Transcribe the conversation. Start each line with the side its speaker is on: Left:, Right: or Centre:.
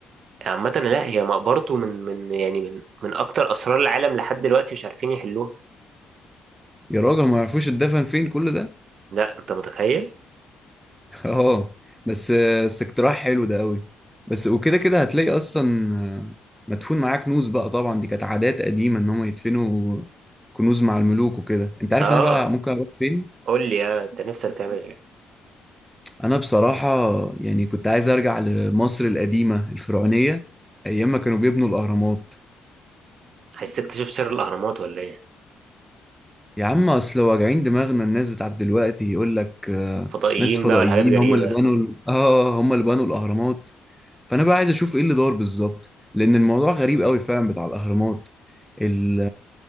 Right: عامة لا هي مقبرته من من يعني من من أكتر أسرار العالم لحد دلوقتي مش عارفين يحلوها
Centre: يا راجل ما يعرفوش اتدفن فين كل ده
Right: لا أنت متخيل؟
Centre: اه بس بس اقتراح حلو ده قوي بس وكده كده هتلاقي اصلا آه، مدفون معاه كنوز بقى طبعا دي كانت عادات قديمه ان هم يدفنوا كنوز مع الملوك وكده انت عارف
Right: آه
Centre: انا بقى ممكن اروح فين
Right: قول لي يا أنت نفسك تعمل إيه؟
Centre: انا بصراحه يعني كنت عايز ارجع لمصر القديمه الفرعونيه ايام ما كانوا بيبنوا الاهرامات
Right: عايز تكتشف سر الأهرامات ولا إيه؟
Centre: يا عم اصل واجعين دماغنا الناس بتاعت دلوقتي يقول لك آه،
Right: فضائيين
Centre: ناس فضائيين
Right: بقى ولا حاجات غريبة
Centre: هم اللي بنوا ال- اه هم اللي بنوا الاهرامات فانا بقى عايز اشوف ايه اللي دار بالظبط لان الموضوع غريب قوي فعلا بتاع الاهرامات ال